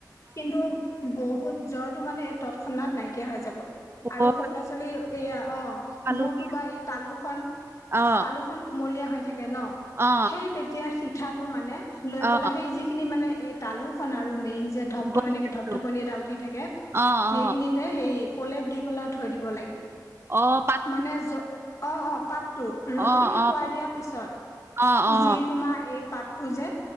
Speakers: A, on the left; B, on the right.
A: কিন্তু বহুত জ্বৰটো মানে এই তৎক্ষণাত নাইকিয়া হৈ যাব। আৰু
B: অ
A: সৰু ল'ৰা-ছোৱালী এয়া অ
B: হালোৱা
A: মূৰটো বা এই তালুখন
B: অ
A: তালুখন কুমলীয়া হৈ থাকে ন,
B: অ
A: সেই তেতিয়া শিঠাটো মানে লৈ
B: অ অ
A: পেলাই সেই যিখিনি মানে এই তালোখন আৰু মেইন যে ধপ
B: গম
A: ধপনি এনেকে
B: পাইছো
A: ধপ ধপনি এটা উঠি থাকে
B: অ অ
A: সেইখিনিত তে হেৰি পলেপ দি পেলাই থৈ দিব লাগে।
B: অহ
A: মানে জ অ অ পাত টো ৰস
B: অ
A: খিনি
B: অ
A: খোৱাই দিয়াৰ পিছত
B: অ অ
A: যি তোমাৰ এই পাতটো যে